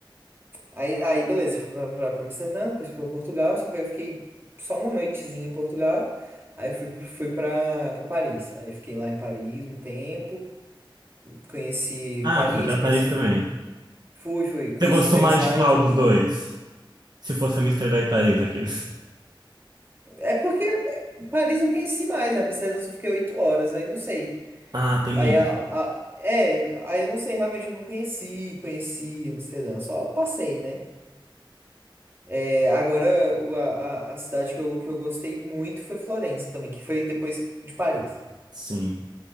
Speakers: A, on the right; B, on the right.
A: Aí, aí beleza, fui pra, pra, pra Amsterdã, depois fui pra Portugal, só que aí eu fiquei só uma noitezinha em Portugal. Aí fui, fui pra, pra Paris. Aí fiquei lá em Paris um tempo. Conheci
B: Ah,
A: Paris,
B: foi para
A: conheci.
B: Paris também.
A: Fui, fui, conheci
B: Você gostou
A: Versailles
B: mais de qual
A: também.
B: dos dois? Se fosse Amsterdã e Paris, aqueles.
A: É porque Paris eu conheci mais, né? Amsterdã eu só fiquei oito horas, aí não sei.
B: Ah, tem
A: Aí
B: ele
A: a, a- É, aí eu não sei, realmente eu não conheci, conheci Amsterdã, só passei, né? É, agora o- a, a a cidade que eu, que eu gostei muito foi Florença também, que foi depois de Paris.
B: Sim.